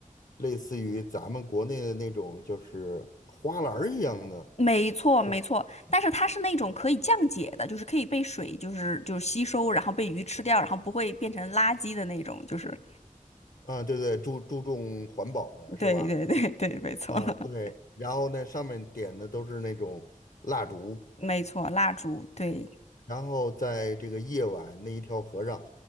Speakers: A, on the left; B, on the left.
A: 类似于咱们国内的那种就是花篮儿一样的，
B: 没错没错，
A: 是吧？
B: 但是它是那种可以降解的，就是可以被水就是就是吸收，然后被鱼吃掉，然后不会变成垃圾的那种，就是。
A: 啊，对对，注注重环保的是吧？
B: 对对对对，没错，
A: 啊，
B: <laughs>
A: 对，然后那上面点的都是那种蜡烛，
B: 没错，蜡烛，对
A: 然后在这个夜晚那一条河上，